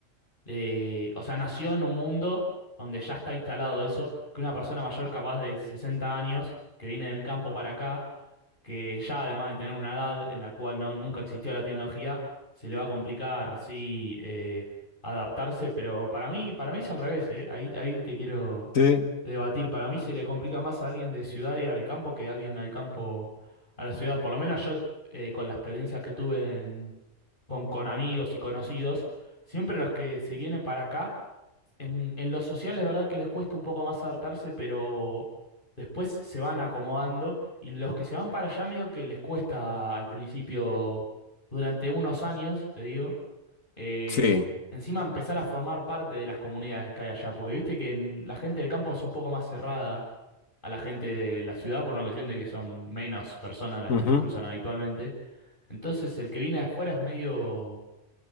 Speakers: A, on the left; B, on the left.
A: eh, o sea, nació en un mundo donde ya está instalado eso, que una persona mayor capaz de 60 años, que viene del campo para acá, que ya además de tener una edad en la cual no, nunca existió la tecnología, se le va a complicar, sí, eh, adaptarse, pero para mí, para mí es al revés, ¿eh? Ahí, ahí te quiero
B: Sí,
A: debatir. Para mí se le complica más a alguien de ciudad ir al campo que a alguien al campo a la ciudad. Por lo menos yo, eh, con la experiencia que tuve en- con, con amigos y conocidos, Siempre los que se vienen para acá, en, en lo social es verdad que les cuesta un poco más adaptarse, pero después se van acomodando y los que se van para allá medio que les cuesta al principio, durante unos años, te digo, eh,
B: sí.
A: encima empezar a formar parte de las comunidades que hay allá, porque viste que en- la gente del campo es un poco más cerrada a la gente de la ciudad por una cuestión de que son menos personas las
B: ujú.
A: que se cruzan habitualmente. Entonces el que viene de afuera es medio